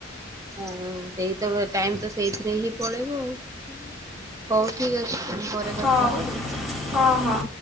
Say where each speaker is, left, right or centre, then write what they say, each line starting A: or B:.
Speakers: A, on the right; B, in the centre.
A: ହଁ ସେଇ ତ ବଏ ଟାଇମ୍ ତ ସେଇଥିରେ ହିଁ ପଳେଇବ ଆଉ <inaudible> ହଉ ଠିକ୍ ଅଛି। <unintelligible>
B: ହଉ
A: ଆଉ।
B: ହଁ ହଁ।